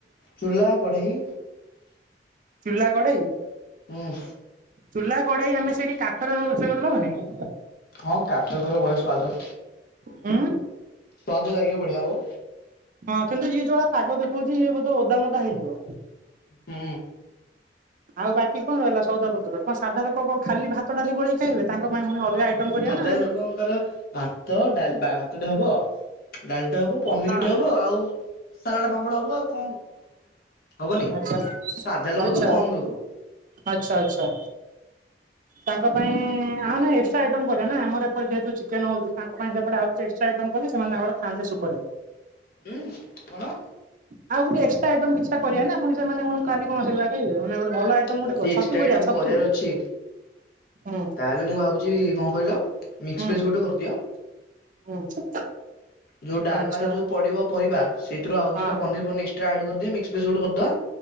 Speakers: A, on the left (about 55°); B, on the right (about 45°).
A: ଚୁଲା, କଢ଼େଇ?
B: ଚୁଲା କଡ଼େଇ?
A: ହୁଁ।
B: ଚୁଲା କଡେଇ ଆମେ ସେଇଠି କାଠର ରୋଷେଇ କରିଦେଲେ ହେବନି?
A: ହଁ କାଠରେ କଲେ ବଢିଆ ସ୍ଵାଦ।
B: ହୁଁ।
A: ସୁଆଦ ଲାଗିିବ ବଢିଆ ହବ।
B: ହଁ କିନ୍ତୁ ଇଏ ଯୋଉ ଭଳିଆ ପାଗ ଦେଖଉଛି ଇଏ ବୋଧେ ଓଦା ମୋଦା ହେଇଯିବ।
A: ହୁଁ।
B: ଆଉ ବାକି କଣ ରହିଲା ସଉଦା ପତ୍ର କଣ ସାଧା ଲୋକ କଣ ଖାଲି ଭାତ, ଡାଲି ଗୋଳେଇ ଖାଇବେ ତାଙ୍କ ପାଇଁ ପୁଣି ଅଲଗା ଆଇଟମ କରିବା
A: ସାଧା
B: ନା ଆଉ।
A: ଲୋକଙ୍କର ଭାତ ଡା ଭାତଟେ ହବ। ଡାଲିଟେ ହବ ପନିରଟେ
B: ହଁ
A: ହବ ଆଉ ସାଲାଡ ପାମ୍ପଡ ହବ ଆଉ କଣ? ହବନି
B: ଆଚ୍ଛା
A: ସାଧା ଲୋକ
B: ଆଚ୍ଛା
A: ତ କମ ଲୋକ।
B: ଆଚ୍ଛା ଆଚ୍ଛା। ତାଙ୍କ ପାଇଁ-ଇ-ଇ-ଇ ଆଉ ନା ଏକ୍ସଟ୍ରା ଆଇଟମ କରିବାନା ଆମର ଏପଟେ ଯେହେତୁ ଚିକେନ ହଉଛି ତାଙ୍କ ପାଇଁ ସେପଟେ ଆଉ ଯେ ଏକ୍ସଟ୍ରା ଆଇଟମ୍ କଲେ ସେମାନେ ତାଙ୍କର ଖାନ୍ତେ ସୁଖରେ।
A: ଉଁ କଣ?
B: ଆଉ ଗୋଟେ ଏକ୍ସଟ୍ରା ଆଇଟମ୍ କିଛିଟା କରିବା ନା ସେମାନେ ପୁଣି ଖାଲି କଣ ସେଗୁଡା ଖାଇବେ ମାନେ ଗୋଟ ଭଲ ଆଇଟମ ଗୋଟେ
A: ଯଦି
B: କୁହ
A: ଏକ୍ସଟ୍ରା
B: ଛତୁ କରିବା
A: ଆଇଟମ
B: ଛତୁ?
A: କରିବାର ଅଛି
B: ହୁଁ
A: ତାହେଲେ ମୁଁ ଭାବୁଛି କଣ କହିଲ ମିକ୍ସ
B: ହୁଁ
A: ଭେଜ୍ ଗୋଟେ କରିଦିଅ।
B: ହୁଁ।
A: ଯୋଉଁ ଡାଲମାରେ
B: ଆଚ୍ଛା
A: ଯେଉଁ ପଡିବ ପରିବା ସେଥିରୁ ଆଉ
B: ହଁ
A: କିଛିଟା ପନିର ପନିର ର୍ଏକ୍ସଟ୍ରା ଆଡ଼ କରିଦିଅ ମିକ୍ସ ଭେଜ ଗୋଟେ କରିଦବା।